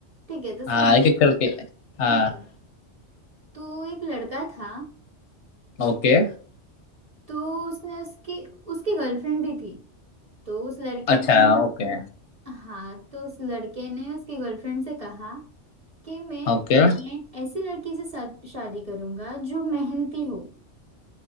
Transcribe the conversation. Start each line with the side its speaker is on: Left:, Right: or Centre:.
Right: ठीक है तो
Left: हाँ
Right: सुनो
Left: एक एक करके हाँ
Right: ओके तो एक लड़का था
Left: ओके
Right: तो उसने उसकी उसकी गर्लफ्रेंड भी थी तो उस लड़के
Left: अच्छा
Right: ने
Left: ओके
Right: हाँ तो उस लड़के ने उसकी गर्लफ्रेंड से कहा कि मैं
Left: ओके
Right: मैं ऐसी लड़की से शा- शादी करूंगा जो मेहनती हो